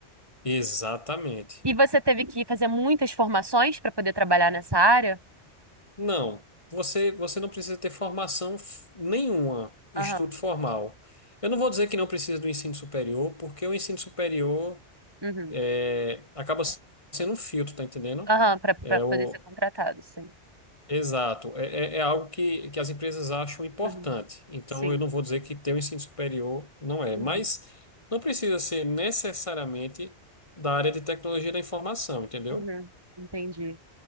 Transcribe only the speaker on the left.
Exatamente.
Não, você você não precisa ter formação f- nenhuma, estudo
formal. Eu não vou dizer que não precisa do ensino superior, porque o ensino superior
é, acaba sendo um filtro, tá entendendo?
É,
o,
Exato. É, é, é algo que, que as empresas acham importante.
Então,
eu não vou dizer que ter o ensino superior não é,
mas não precisa ser necessariamente da área de tecnologia da informação, entendeu?